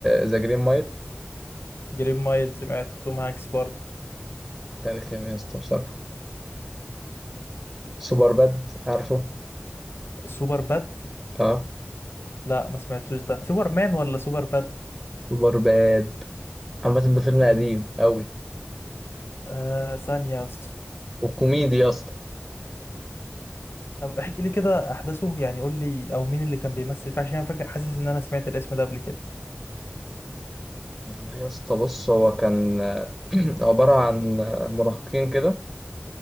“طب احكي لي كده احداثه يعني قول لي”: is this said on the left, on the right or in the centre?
Left